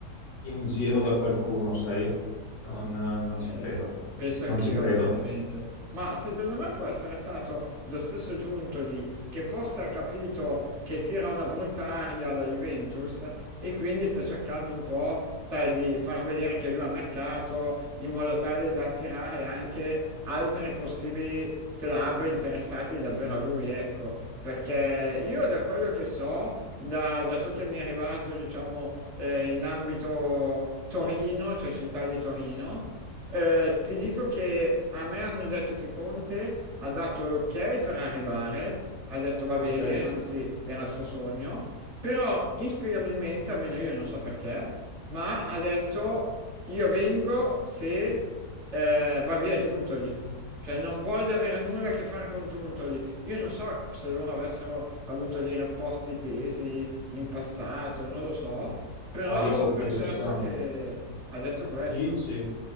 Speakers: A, on the left; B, on the right.
A: in giro da qualcuno, sai? Non, non
B: Eh,
A: ci credo,
B: penso
A: non
B: anch'io,
A: ci credo.
B: onestamente. Ma secondo me può essere stato lo stesso Giuntoli che forse ha capito che tira una brutta aria alla Juventus e quindi sta cercando un po', sai, di far vedere che lui ha mercato in modo tale da attirare anche altri possibili club interessati davvero a lui, ecco. Perché io da quello che so, da, da ciò che mi è arrivato, diciamo, eh, in ambito Torino, cioè città di Torino, eh, ti dico che a me hanno detto che Conte ha dato l'ok per arrivare, ha detto va bene,
A: Ok,
B: anzi era il suo sogno, però inspiegabilmente, almeno io non so perché, ma ha detto io vengo se eh, va via Giuntoli. Cioè non voglio avere nulla a che fare con Giuntoli. Io non so se loro avessero avuto dei rapporti tesi in passato, non lo so, però
A: ma io
B: so per
A: penso
B: certo
A: sia
B: che ha detto questo.
A: 10?